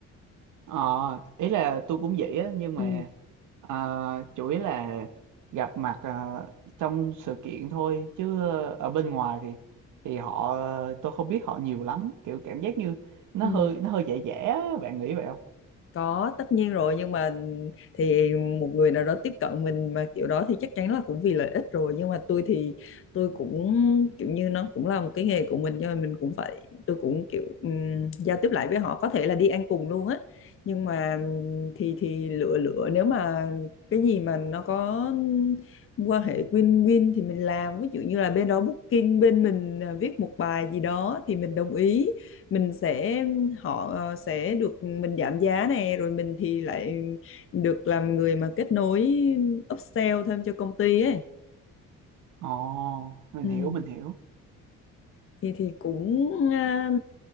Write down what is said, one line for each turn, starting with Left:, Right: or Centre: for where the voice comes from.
Right: Ờ, ý là tôi cũng vậy á nhưng mà
Left: ừ
Right: ờ, chủ yếu là gặp mặt ờ, trong sự kiện thôi chứ ờ, ở bên ngoài thì thì họ tôi không biết họ nhiều lắm kiểu cảm giác như nó
Left: ừ
Right: hơi nó hơi dễ dễ á, bạn nghĩ vậy không?
Left: Có, tất nhiên rồi nhưng mà thì một người nào đó tiếp cận mình mà kiểu đó thì chắc chắn là cũng vì lợi ích rồi nhưng mà tôi thì tôi cũng kiểu như nó cũng là một cái nghề của mình nhưng mà mình cũng phải tôi cũng kiểu ừm, giao tiếp lại với họ có thể là đi ăn cùng luôn á nhưng mà ừm, thì thì lựa lựa nếu mà cái gì mà nó có quan hệ win-win thì mình làm ví dụ như là bên đó booking bên mình à, viết một bài gì đó thì mình đồng ý mình sẽ họ ờ, sẽ được mình giảm giá nè rồi mình thì lại được làm người mà kết nối upsell thêm cho công ty ấy
Right: Ồ, mình
Left: ừ.
Right: hiểu mình hiểu.
Left: thì thì cũng à,